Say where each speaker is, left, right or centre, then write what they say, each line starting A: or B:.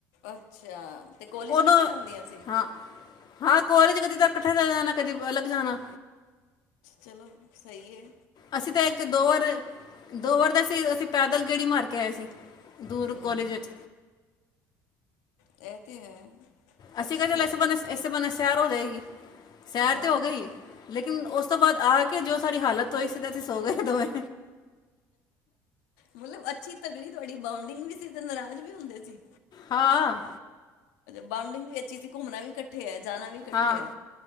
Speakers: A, on the left; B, on the left.
A: ਅੱਛਾ ਤੇ ਕੋਲੇਜ
B: ਉਹਨੂੰ
A: ਇਕੱਠੇ ਜਾਂਦੀਆਂ ਸੀ?
B: ਹਾਂ ਹਾਂ, ਕੋਲੇਜ ਕਦੀ ਤੇ ਅਕੱਠੇ ਚਲੇ ਜਾਨਾ ਕਦੀ ਅਲਗ ਜਾਨਾ।
A: ਚਲੋ ਸਈ ਏ।
B: ਅਸੀਂ ਤਾਂ ਏਕ ਦੋ ਵਰ ਦੋ ਵਰ ਗਏਸੀ ਅਸੀਂ ਪੈਦਲ ਗੇੜੀ ਮਾਰ ਕੇ ਆਏ ਸੀ। ਦੂਰ
A: ਹੂੰ
B: ਕੋਲੇਜ ਇਚ।
A: ਐ ਤੇ ਹੈ।
B: ਅਸੀ
A: ਅੱਛੀ
B: ਕਿਆ ਚਲ
A: ਗੱਲ
B: ਐਸੇ ਬਹਾਨੇ
A: ਹੈ
B: ਐਸੇ ਬਾਹਨੇ ਸੈਰ ਹੋ ਜਾਏਗੀ, ਸੈਰ
A: ਹਾਂ
B: ਤੇ ਹੋ ਗਈ ਲੇਕਿਨ ਓਸ ਤੋਂ ਬਾਅਦ ਆ ਕੇ ਜੋ ਸਾਡੀ ਹਾਲਤ ਹੋਈ ਸੀ ਤੇ ਅਸੀਂ ਸੋ ਗਏ, ਦੋਵੇਂ।
A: ਮਲਬ ਅੱਛੀ-ਤਗੜੀ ਤਵਾਡੀ ਬਾਉਂਡਿੰਗ ਵੀ ਸੀ ਤੇ ਨਰਾਜ਼ ਵੀ ਹੁੰਦੇ ਸੀ।
B: ਹਾਂ।
A: ਬਾਊਂਡਿੰਗ ਵੀ ਅੱਛੀ ਸੀ ਘੁੰਮਨਾ ਵੀ ਇਕੱਠੇ ਐ ਜਾਨਾ ਵੀ ਇਕੱਠੇ
B: ਹਾਂ
A: ਐ